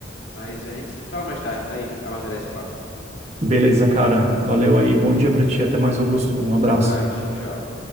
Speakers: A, on the left; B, on the right.
A: mas a gente se fala mais tarde, tá? E amadurece o papo.
B: Beleza, cara. Valeu aí. Bom dia pra ti. Até mais, Augusto. Um abraço.
A: Até mais. Tchau, tchau.